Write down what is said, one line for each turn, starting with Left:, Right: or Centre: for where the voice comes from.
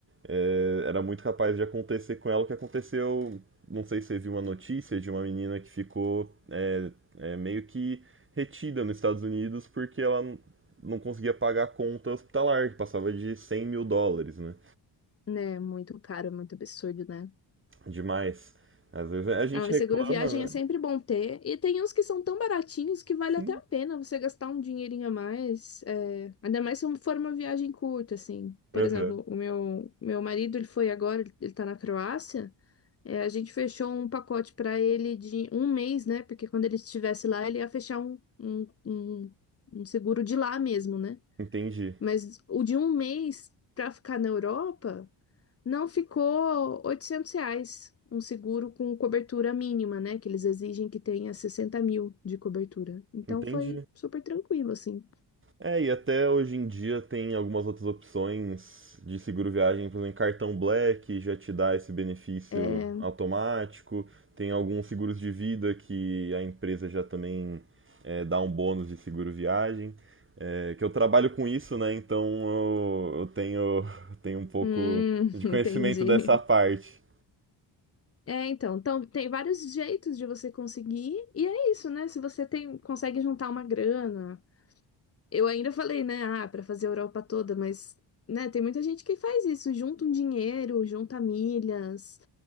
Right: é, era muito capaz de acontecer com ela o que aconteceu. Não sei se você viu uma notícia de uma menina que ficou é, é, meio que retida nos Estados Unidos porque ela n- não conseguia pagar a conta hospitalar, que passava de cem mil dólares, né?
Left: Né, muito caro, é muito absurdo, né?
Right: Demais. Às vezes a gente
Left: Ah, mas
Right: reclama,
Left: seguro viagem
Right: né?
Left: é sempre bom ter. E tem uns que são tão baratinhos que vale
Right: Sim.
Left: até a pena você gastar um dinheirinho a mais. é, Ainda mais se for uma viagem curta, assim. Por
Right: Aham,
Left: exemplo, o meu, meu marido, ele foi agora, ele tá na Croácia. É, a gente fechou um pacote para ele de um mês, né? Porque quando ele estivesse lá, ele ia fechar um, um, um, um seguro de lá mesmo, né?
Right: entendi,
Left: Mas o de um mês para ficar na Europa não ficou 800 reais. Um seguro com cobertura mínima, né? Que eles exigem que tenha 60 mil de cobertura. Então
Right: entendi.
Left: foi super tranquilo, assim.
Right: É, e até hoje em dia tem algumas outras opções de seguro viagem, por exemplo, cartão Black já te dá esse benefício
Left: É...
Right: automático. Tem alguns seguros de vida que a empresa já também é, dá um bônus de seguro viagem. É, que eu trabalho com isso, né? Então eu, eu tenho, <laughs> tenho um pouco
Left: Hum,
Right: de
Left: <laughs>
Right: conhecimento
Left: entendi.
Right: dessa parte.
Left: É, então, então tem vários jeitos de você conseguir, e é isso, né? Se você tem, consegue juntar uma grana. Eu ainda falei, né? Ah, para fazer a Europa toda, mas, né, tem muita gente que faz isso, junta um dinheiro, junta milhas,